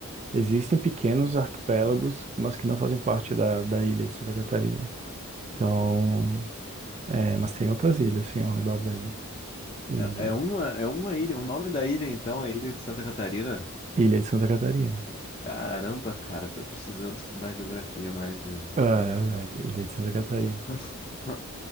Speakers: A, on the right; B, on the left.
A: Existem pequenos arquipélagos, mas que não fazem parte da, da ilha de Santa Catarina. Então, é, mas tem outras ilhas, assim, ao redor da ilha. E
B: É, é uma, é uma ilha. O nome da ilha, então, é Ilha de Santa Catarina?
A: Ilha de Santa Catarina.
B: Caramba, cara, tô precisando estudar geografia mais mesmo.
A: Ah,
B: Olha só.
A: é, Ilha de Santa Catarina.
B: <laughs>